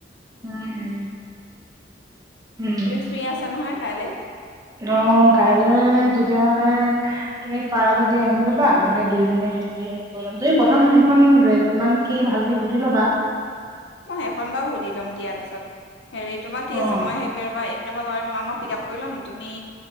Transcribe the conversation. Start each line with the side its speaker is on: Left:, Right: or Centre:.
Right: উম উম। উম।
Left: তুমি ফ্ৰী আছা নহয় কাইলে?
Right: অ কাইলৈ তেতিয়াহলে তুমি পাৰা যদি আহি যাবা, তেতিয়া দুইজনী মিলি সেই কৰি লম, তুমি প্ৰথম সেইখন কিমান কি ভালকে সুধি ল'বা।
Left: মই সেইখন বাৰু সুধি ল'ম, দিয়াৰ পাছত। হেৰি তোমাক কি
Right: অ'
Left: আছে, মই সেপিৰপা এইত। পিতমবাৰে তোমাক মই পিক আপ কৰি ল'ম, তুমি